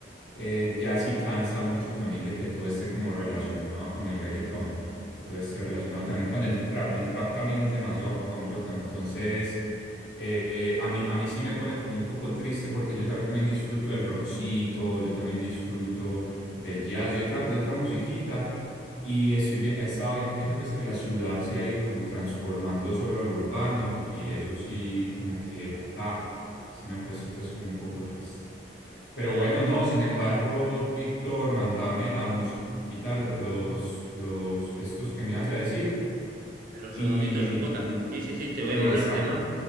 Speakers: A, on the left; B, on the right.
A: eh, ya sí cansa mucho también de que todo esté como relacionado con el reggaetón, que todo esté relacionado también con el trap. El trap también es demasiado famoso acá, entonces eh, a mí, a mí sí me pone como un poco triste porque yo también disfruto del rockcito, yo también disfruto del jazz y otra, de otra musiquita. Y estoy bien, he estado viendo pues que la ciudad se ha ido como transformando solo a lo urbano y eso sí como que, ah, sí me ha puesto pues como un poco triste. Pero
B: Ah,
A: bueno, no,
B: sí,
A: sin
B: sí.
A: embargo, Víctor, mandame la musiquita, lo- los, los, estos que me ibas a decir
B: Los
A: y,
B: redonditos de ricota.
A: y-
B: Sí, sí, sí, te voy
A: exacto,
B: a mandar un tema